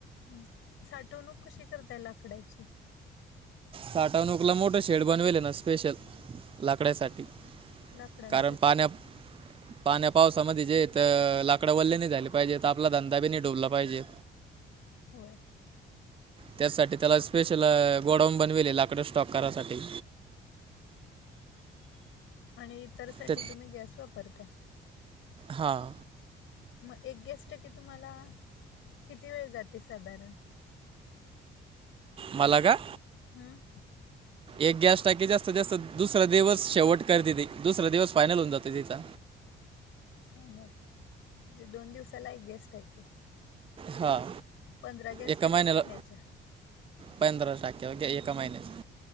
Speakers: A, on the left (about 80°); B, on the right (about 25°).
A: हू साठवणूक कशी करताय लाकडाची
B: साठवणूकला मोठं शेड बनविल ना स्पेशल लाकड्यासाठी
A: लाकडांसाठी
B: कारण पाण्या पाण्या पावसामध्ये जेथ लाकडं वल्ले नाय झाले पाहिजेट आपला धंदा बी नाय डुबला पाहिजे.
A: होय.
B: त्याससाठी त्याला स्पेशल अ गोडाऊन बनवेल लाकड स्टॉक करासाठी
A: आणि इतर साठी
B: ते
A: तुम्ही गॅस वापरताय.
B: हां
A: मग एक गेस्ट की तुम्हाला किती वेळ जाते साधारण
B: मला का
A: हम्म
B: एक गॅस टाकी जास्त जास्त दुसरा दिवस शेवट करते ती दुसरा दिवस फायनल होऊन जातो तिचा
A: फायनल म्हणजे दोन दिवसाला एक गेस्ट आहे की
B: हां
A: पंधरा गॅस
B: एका
A: टाक्या
B: महिन्याला
A: महिन्याच्या
B: पंधरा टाक्या गॅ एका महिण्याच्या